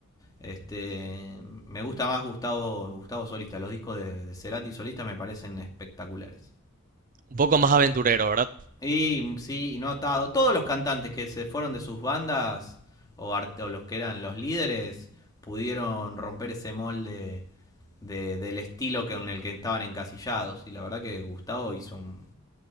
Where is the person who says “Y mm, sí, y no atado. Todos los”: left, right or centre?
Left